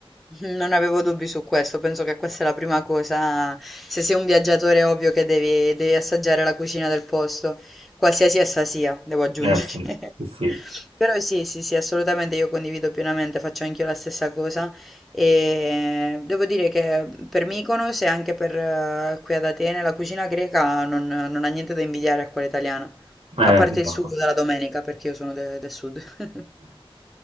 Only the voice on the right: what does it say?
Eh sì, sì, sì.
Eh,
esatto.